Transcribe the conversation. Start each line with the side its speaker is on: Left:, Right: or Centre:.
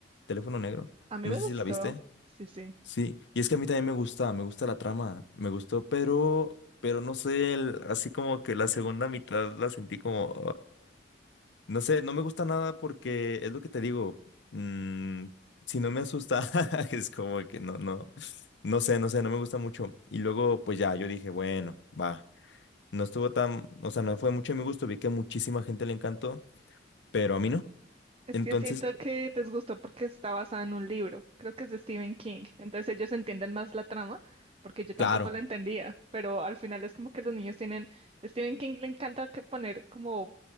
Left: teléfono negro,
Right: A mí
Left: no
Right: me
Left: sé
Right: gustó,
Left: si la viste,
Right: sí, sí.
Left: sí, y es que a mí también me gusta, me gusta la trama, me gustó, pero, pero no sé, el- así como que la segunda mitad la sentí como, no sé, no me gusta nada porque es lo que te digo. mm, si no me asusta, <laughs> es como que no, no, no sé, no sé, no me gusta mucho. Y luego, pues ya, yo dije, bueno, va. No estuvo tan, o sea, no fue mucho de mi gusto. Vi que a muchísima gente le encantó, pero a mí no.
Right: Es
Left: Entonces,
Right: que siento que les gustó porque está basada en un libro, creo que es de Stephen King. Entonces ellos entienden más la trama, porque yo tampoco
Left: claro,
Right: la entendía, pero al final es como que los niños tienen, Stephen King le encanta que poner como